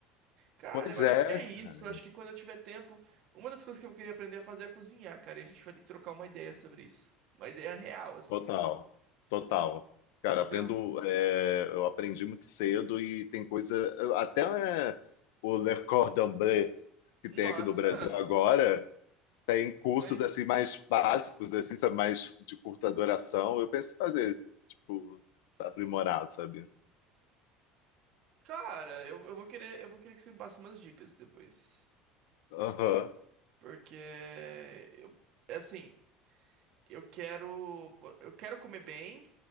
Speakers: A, on the right; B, on the left.
A: Cara,
B: Pois
A: eu acho
B: é,
A: que é isso.
B: cara.
A: Eu acho que quando eu tiver tempo, uma das coisas que eu queria aprender a fazer é cozinhar, cara. E a gente vai ter que trocar uma ideia sobre isso. Uma ideia real, assim,
B: Total.
A: sabe?
B: Total. Cara,
A: Porque,
B: aprendo,
A: eu-
B: é, eu aprendi muito cedo e tem coisa. eu- Até é, o Le Cordon Bleu, que
A: nossa,
B: tem aqui do Brasil agora, tem cursos
A: mas,
B: assim mais básicos, assim, sabe, mais de curta duração. Eu penso em fazer, tipo, aprimorado, sabe?
A: cara, eu, eu vou querer, eu vou querer que você me passe umas dicas depois.
B: Aham.
A: Porque eu, é assim, eu quero, eu quero comer bem